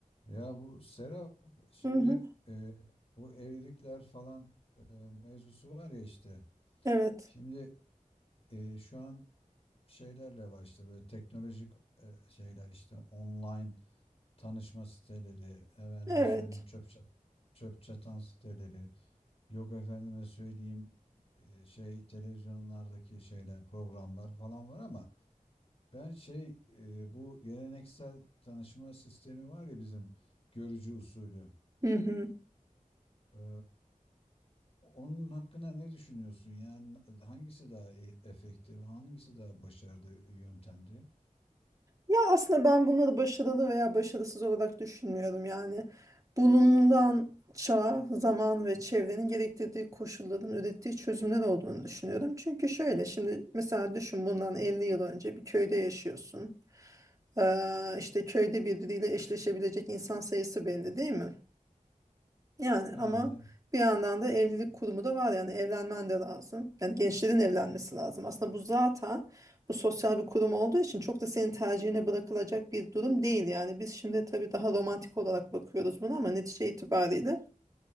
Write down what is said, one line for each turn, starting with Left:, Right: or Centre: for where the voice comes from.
Left: Ya bu Serap şimdi
Right: Hı hı.
Left: e, bu evlilikler falan e, mevzusu var ya işte.
Right: Evet.
Left: Şimdi e, şu an şeylerle var işte böyle teknolojik e, şeyler işte online tanışma siteleri, efendime
Right: Evet.
Left: söyleyeyim çöp çat, çöp çatan siteleri, yok efendime söyleyeyim e, şey televizyonlardaki şeyler, programlar falan var ama ben şey e, bu geleneksel tanışma sistemi var ya bizim görücü usulü.
Right: Hı hı.
Left: Eee, Onun hakkında ne düşünüyorsun? Yani hangisi daha e- efektif, hangisi daha başarılı yöntemdi?
Right: Ya aslında ben bunları başarılı veya başarısız olarak düşünmüyorum. Yani bulunulan çağ, zaman ve çevrenin gerektirdiği koşulların ürettiği çözümler olduğunu düşünüyorum. Çünkü şöyle şimdi mesela düşün bundan 50 yıl önce bir köyde yaşıyorsun. Ee, işte köyde birbiriyle eşleşebilecek insan sayısı belli değil mi? Yani
Left: Yani
Right: ama bir yandan da evlilik kurumu da var yani evlenmen de lazım. Yani gençlerin evlenmesi lazım. Aslında bu zaten bu sosyal bir kurum olduğu için çok da senin tercihine bırakılacak bir durum değil. Yani biz şimdi tabii daha romantik olarak bakıyoruz buna ama netice itibariyle